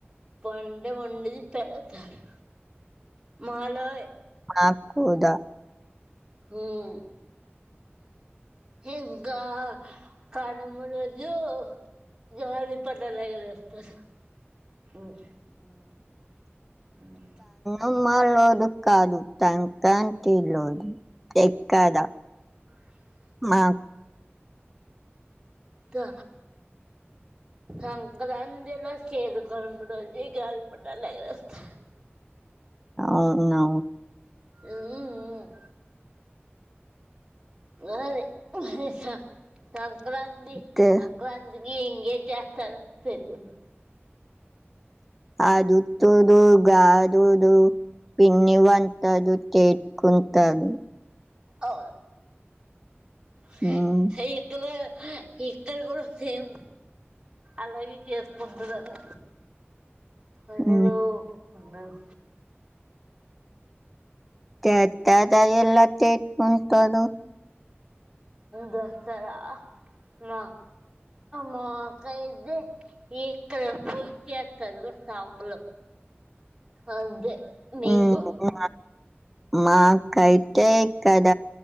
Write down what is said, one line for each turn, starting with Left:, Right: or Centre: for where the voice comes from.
Right: పండు వండిది పెడతారు మాలో
Centre: మాకు కూడా
Right: హ్మ్ ఇంకా కనమూ రోజూ గాలి పటాలు ఎగరేస్తరు మ్ మ్
Centre: అమ్మా లోడు కాదు సంక్రాంతి లోజు ఎక్కద
Right: ఆ
Centre: మా
Right: త సంక్రంతి లో చేరు కనుమ రోజే గాలి పటాలు ఎగేరేస్తారు.
Centre: అవునా
Right: మ్మ్మ్ మరి మ హె స సంక్రాంతి
Centre: తే
Right: సంక్రంతి మీరు ఇంగే చెతరు సెప్పు
Centre: అదు తుడుగాదుడు పిండి వంటలు చే కుంటాలు
Right: అ హ
Centre: హ్మ్.
Right: ఇక్కల ఇక్కడ కూడా సేమ్ అలాగే చేసుకుంటుంన్నారు అన్నలో
Centre: హ్మ్.
Right: అన్నలు
Centre: తెతద ఇలా తెట్ ఉంటడు
Right: దసరా మ మాకు అయిదే ఇక్కడ పూచేస్తారు షాపులో అంతే మీకు
Centre: మ్ మాకైతే ఇక్కడ